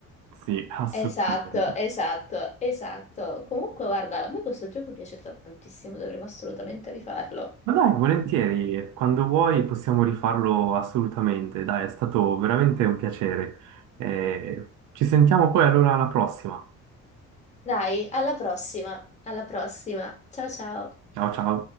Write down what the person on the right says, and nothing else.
Sì, assolutamente.
Ma dai, volentieri, quando vuoi possiamo rifarlo assolutamente. Dai, è stato veramente un piacere. Eh, ci sentiamo poi allora alla prossima.
Ciao ciao.